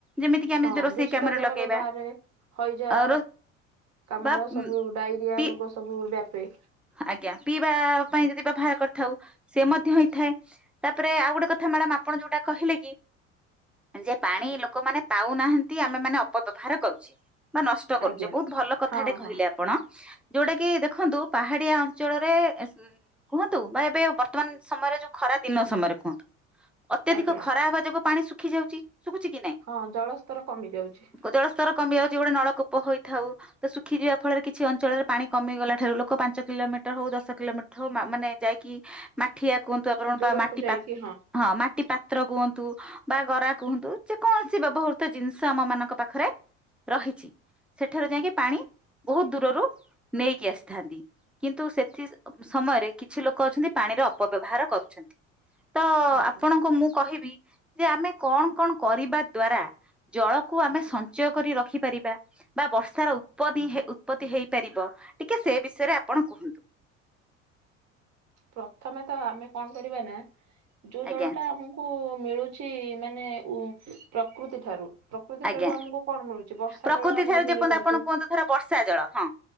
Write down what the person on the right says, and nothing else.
ହଁ
ଦୂଷିତ
ଜଳ
ବ୍ୟବହାରରେ ହଇଜା,
କାମଳ
ସବୁ ଡାଇରିଆ
ରୋଗ ସବୁ ବ୍ୟାପେ।
ଆଜ୍ଞା
ହଁ
ହଁ
ଆଜ୍ଞା
ହଁ ଜଳସ୍ତର କମି ଯାଉଛି।
ଦୂରକୁ
ଯାଇକି
ଆଜ୍ଞା
ପ୍ରଥମେ ତ ଆମେ କଣ କରିବା ନା ଯୋଉ
ଜଳ ଟା ଆମ- କୁ ମିଳୁଛି ମାନେ ଉ ପ୍ରକୃତି ଠାରୁ। ପ୍ରକୃତି
ଠାରୁ ଆମକୁ କଣ ମିଳୁଛି ବର୍ଷା
ଜଳ ଆମକୁ
ମିଳିପାରୁଛି